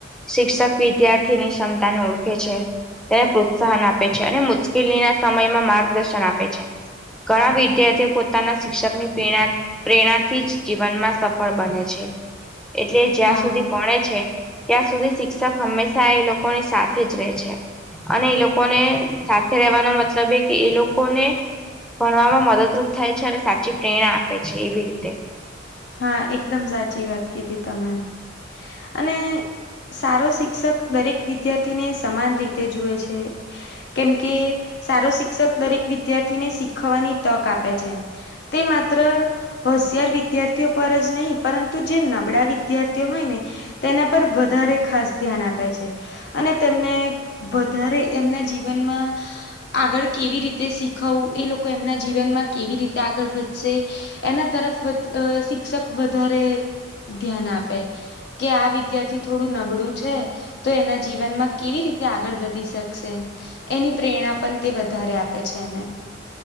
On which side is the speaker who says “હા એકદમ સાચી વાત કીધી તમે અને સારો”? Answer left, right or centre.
Left